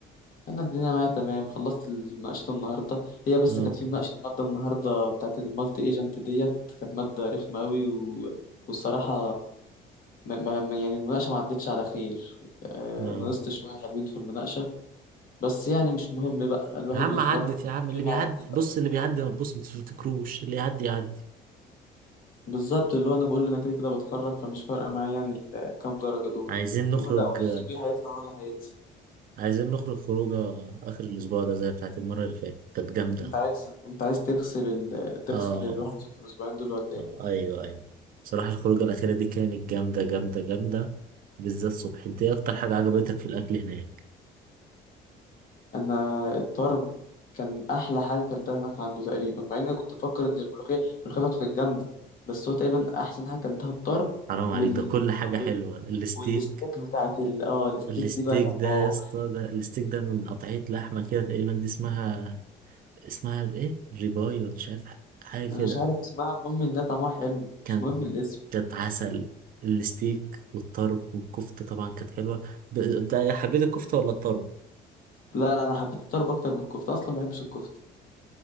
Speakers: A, on the left (about 55°); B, on the right (about 55°).
A: انا الدنيا معايا تمام خلصت مناقشه النهارده هي بس
B: اه
A: كانت في مناقشه ماده النهارده بتاعت المالتي ايجنت ديت كانت ماده رخمه قوي و... والصراحه ما... ما... ما- يعني المناقشه ما عدتش على خير آه،
B: اه
A: نقصت شويه حلوين في المناقشه بس يعني مش مهم بقى الواحد
B: يا عم
A: بيتخرج
B: عدت يا عم
A: بيقول
B: اللي بيعدي
A: عادي بقى.
B: بص اللي بيعدي ما تبص ما تفتكروش اللي يعدي يعدي
A: بالظبط اللي هو انا بقول انا كده كده بتخرج فمش فارقه معايا يعني ال- كام درجه دول
B: عايزين نخرج
A: ولا ولا الجي بي هيطلع ولا هينزل
B: عايزين نخرج خروجه آخر الأسبوع ده زي بتاعت المرة اللي فاتت كانت جامدة
A: انت عايز انت عايز تغسل ال... تغسل
B: آه
A: الواحد في الاسبوعين دول ولا ايه
B: آه أيوه أيوه بصراحة الخروجة الأخيرة دي كانت جامدة جامدة جامدة بالذات صبح أنت إيه أكتر حاجة عجبتك في الأكل هناك؟
A: انا الطرب كان احلى حاجه اكلتها هناك عنده تقريبا مع ان انا كنت بفكر ان الملوخيه الملوخيه بتاعته كانت جامده بس هو تقريبا احسن حاجه اكلتها الطرب
B: حرام عليك
A: وال
B: ده كل حاجة حلوة
A: وال
B: الستيك
A: والستيك بتاعت ال... اه الستيك
B: الستيك
A: دي بقى كانت
B: ده
A: حوار
B: يا اسطى ده الستيك ده من قطعية لحمة كده تقريبا دي اسمها اسمها إيه؟ ريباي ولا مش عارف حاجة
A: انا
B: كده
A: مش عارف اسمها المهم انها طعمها حلو
B: كانت
A: مش مهم الاسم
B: كانت عسل الستيك والطرب والكفتة طبعا كانت حلوة ده ده- حبيت الكفتة ولا الطرب؟
A: لا لا انا حبيت الطرب اكتر من الكفته اصلا ما بحبش الكفته